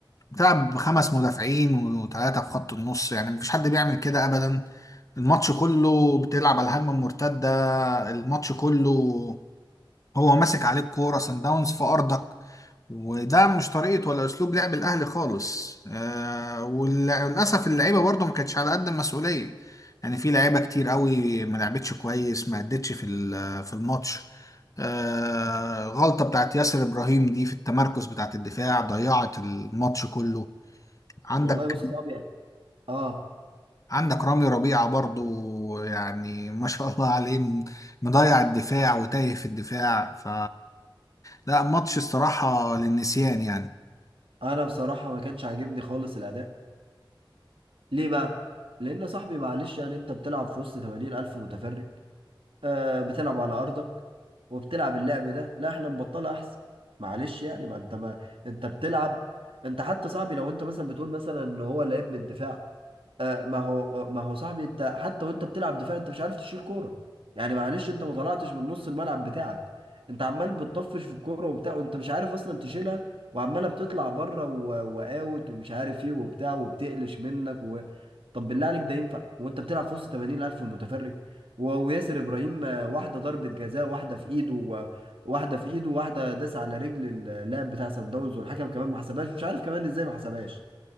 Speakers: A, on the left (about 40°); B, on the right (about 85°).
A: بتلعب بخمس مدافعين وثلاثة في خط النص يعني مفيش حد بيعمل كده أبدا الماتش كله بتلعب على الهجمة المرتدة الماتش كله هو ماسك عليك كورة سان داونز في أرضك وده مش طريقة ولا أسلوب لعب الأهلي خالص آه واللع- وللأسف اللعيبة برضو ما كانتش على قد المسؤولية يعني في لعيبة كتير قوي ما لعبتش كويس ما أدتش في ال- في الماتش آه غلطة بتاعت ياسر إبراهيم دي في التمركز بتاعت الدفاع ضيعت الماتش كله عندك
B: والله بص يا صاحبي يعني اه
A: عندك رامي ربيعة برضو يعني ما شاء الله عليه م- مضيع الدفاع وتايه في الدفاع ف لا ماتش الصراحة للنسيان يعني
B: انا بصراحه ما كانش عاجبني خالص الاداء ليه بقى لان يا صاحبي معلش يعني انت بتلعب في وسط 80 الف متفرج آه بتلعب على ارضك وبتلعب اللعب ده لا احنا نبطلها احسن معلش يعني ما انت ما انت بتلعب انت حتى صاحبي لو انت مثلا بتقول مثلا ان هو لعيب من الدفاع آه، ما هو ما هو صاحبي انت حتى وانت بتلعب دفاع انت مش عارف تشيل كوره يعني معلش انت ما طلعتش من نص الملعب بتاعك انت عمال بتطفش في الكوره وبتاع وانت مش عارف اصلا تشيلها وعماله بتطلع بره و- واوت ومش عارف ايه وبتاع وبتقلش منك و... طب بالله عليك ده ينفع وانت بتلعب في وسط 80000 متفرج و- وياسر ابراهيم آه، واحده ضربه جزاء واحده في ايده و... واحده في ايده واحده داس على رجل اللاعب بتاع سان داونز والحكم كمان ما حسبهاش مش عارف كمان ازاي ما حسبهاش